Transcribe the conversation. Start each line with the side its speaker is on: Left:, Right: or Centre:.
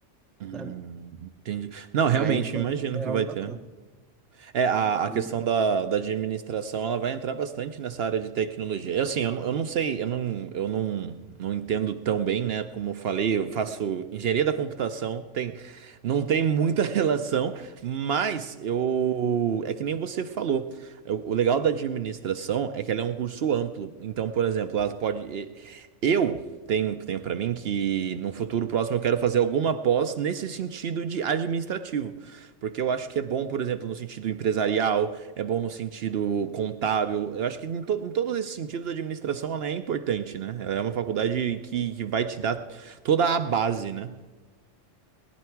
Right: Hum,
Centre: sabe?
Right: entendi. Não, realmente,
Centre: Aí foi,
Right: imagino
Centre: foi
Right: que
Centre: algo
Right: vai
Centre: bacana.
Right: ter. É, a,
Centre: E
Right: a questão da, da administração, ela vai entrar bastante nessa área de tecnologia. Eu, Assim, eu, não- eu não sei, eu não, eu não, não entendo tão bem, né? Como eu falei, eu faço engenharia da computação, tem, não tem muita <laughs> relação, mas eu, é que nem você falou. Eu- O legal da administração é que ela é um curso amplo. Então, por exemplo, ela pode. e- Eu tenho, tenho para mim que num futuro próximo eu quero fazer alguma pós nesse sentido de administrativo. Porque eu acho que é bom, por exemplo, no sentido empresarial, é bom no sentido contábil. Eu acho que em, to- em todos esses sentidos a administração ela é importante, né? Ela é uma faculdade que, que vai te dar toda a base, né?